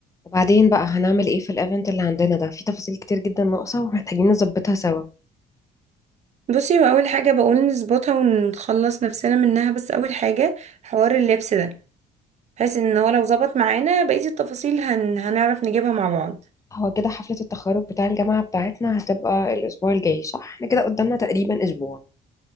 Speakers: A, on the left; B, on the right.
A: وبعدين بقى هنعمل ايه في الايفنت اللي عندنا ده في تفاصيل كتير جدا ناقصة ومحتاجين نظبطها سوا
B: بصي هو اول حاجه بقول نظبطها ونخلص نفسنا منها بس اول حاجه حوار اللبس ده بحيث ان هو لو ظبط معانا بقيه التفاصيل هن... هنعرف نجيبها مع بعض
A: هو كده حفلة التخرج بتاع الجامعة بتاعتنا هتبقى الأسبوع الجاي صح؟ احنا كده قدامنا تقريبا أسبوع